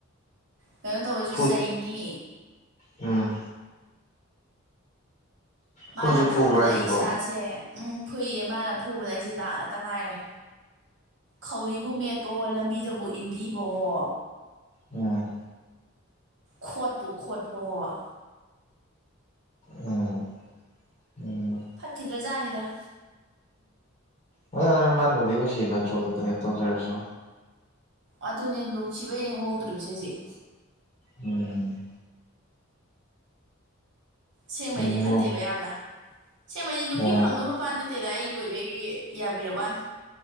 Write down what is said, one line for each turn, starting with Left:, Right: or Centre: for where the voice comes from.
Right: ꯀꯩꯅꯣꯝ ꯇꯧꯕꯩꯁꯨ꯫
Left: ꯐꯨ
Right: ꯆꯩꯅꯤ
Left: ꯎꯝ꯫ ꯐꯨꯁꯨ
Right: ꯃꯥꯅ
Left: ꯐꯨꯕ꯭ꯔꯥ
Right: ꯐꯨꯕꯗ
Left: ꯍꯥꯏꯁꯤꯕꯣ
Right: ꯑꯩ ꯏꯁꯥꯁꯦ ꯎꯝ ꯐꯨꯏꯌꯦ ꯃꯥꯅ ꯐꯨꯕꯗ ꯑꯩꯁꯦ ꯗꯥꯛ ꯉꯥꯛꯇ ꯉꯥꯏꯔꯦ ꯈꯧꯔꯤꯕꯨ ꯃꯦꯠꯄꯍꯣ ꯂꯝꯕꯤꯗꯕꯨ ꯏꯟꯕꯤꯕꯍꯣ
Left: ꯎꯝ꯫
Right: ꯈꯣꯠꯄꯨ ꯈꯣꯠꯄ ꯑꫭ꯫
Left: ꯎꯝ ꯎꯝ꯫
Right: ꯐꯠꯈꯤꯗ꯭ꯔꯥꯖꯥꯠꯅꯤꯗ
Left: ꯎꯝ ꯑꯗꯣ ꯃꯥ ꯅꯨꯡꯗꯤ ꯅꯨꯡꯁꯤꯕ ꯅꯠꯇ꯭ꯔꯣ ꯑꯗꯨ ꯀꯩꯅꯣꯝ ꯇꯧꯖꯔꯁꯨ꯫
Right: ꯑꯗꯨꯅꯦ ꯅꯨꯡꯁꯤꯕꯩꯅꯦ ꯍꯣꯡꯗꯣꯔꯤꯕꯁꯦ ꯍꯧꯖꯤꯛ꯫
Left: ꯎꯝ꯫
Right: ꯁꯦꯡꯕꯩꯗꯤ
Left: ꯑꯣ
Right: ꯐꯠꯇꯦꯕ ꯌꯥꯝꯅ ꯁꯦꯡꯕꯩꯗꯤ ꯅꯨꯄꯤ
Left: ꯑꯣ
Right: ꯐꯪꯗꯧ ꯅꯨꯄꯥ ꯅꯠꯇꯦꯗ ꯑꯩ ꯑꫭꯏꯕꯒꯤ ꯌꯥꯕꯤꯔꯕꯩ ꯋꯥꯅꯤ꯫